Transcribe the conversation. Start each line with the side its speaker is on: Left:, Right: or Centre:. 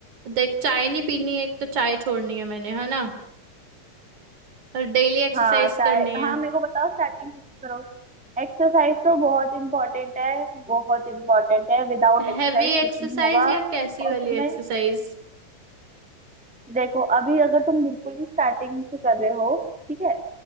Right: देख चाय नहीं पीनी है एक तो चाय छोड़नी है मैंने है ना और डेली एक्सरसाइज
Centre: हाँ चाय
Right: करनी
Centre: हाँ
Right: है
Centre: मेरे को बताओ स्टार्टिंग से एक्सरसाइज तो बहुत इम्पोर्टेंट है बहुत इम्पोर्टेंट है विदाउट एक्सरसाइज
Right: हैवी एक्सरसाइज
Centre: कुछ नहीं होगा
Right: या कैसी
Centre: और
Right: वाली
Centre: तुम्हें
Right: एक्सरसाइज
Centre: देखो अभी अगर तुम बिल्कुल ही स्टार्टिंग से कर रहे हो ठीक है